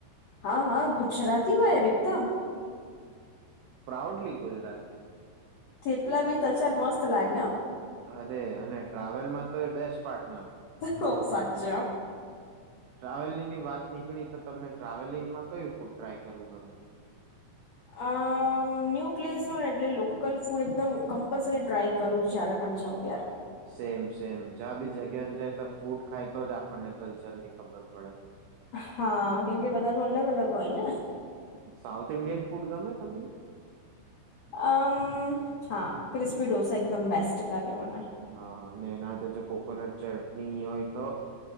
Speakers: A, on the left (about 70°); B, on the right (about 75°).
A: હા હા ગુજરાતીમાંહેબ એકદમ.
B: પ્રાઉડલી ગુજરાતી.
A: થેપલા વીથ આચાર મસ્ત લાગે.
B: અરે અને ટ્રાવેલમાં તો એ બેસ્ટ પાર્ટનર.
A: ખુબ સાચું.
B: ટ્રાવેલિંગ ની વાત નીકળી તો તમને ટ્રાવેલિંગમાં કયું ફૂડ ટ્રાય કરવું ગમે.
A: અ ન્યૂ પ્લેસ જો ને એટલે લોકલ ફૂડ એકદમ કમ્પલસરી ટ્રાય કરું જય્યારે પણ જાાવ.
B: સેમ સેમ જં ભી જગ્યા. ન જાય તો ફૂડ ખાય તો જ આપણને કલ્ચર ની ખબર પડે.
A: હા કેમકે બધા ન અલગ અલગ હોય ને.
B: સાઉથ ઇન્ડિયન ફૂડ ગમે તમને.
A: અમ હા ક્રિસ્પી ઢોસા એકદમ બેસ્ટ લાગે. મને
B: <inaudible> અને ના તો જો કોકોનટ ચટણી હોય તો